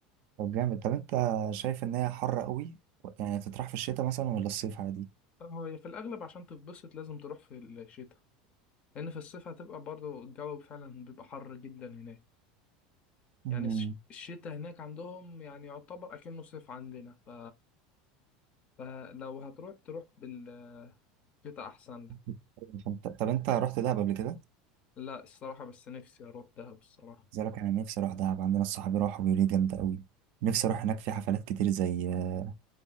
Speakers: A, on the right; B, on the left.
A: طب جامد طب انت شايف ان هي حر قوي يعني تطرح في الشتاء مثلا ولا الصيف عادي؟
B: هو هي في الأغلب عشان تتبسط لازم تروح في الشتاء لأن في الصيف هتبقى برضه الجو فعلا بيبقى حر جدا هناك
A: مم.
B: يعني الش- الشتاء هناك عندهم يعني يعتبر أكنه صيف عندنا ف... فلو هتروح تروح بالشتاء أحسن لك
A: <laughs> فانت- طب انت رحت دهب قبل كده؟
B: لا الصراحة بس نفسي أروح دهب الصراحة
A: زيك انا نفسي اروح دهب عندنا الصحاب راحوا بيقولوا لي جامدة قوي نفسي اروح هناك في حفلات كتير زي آه،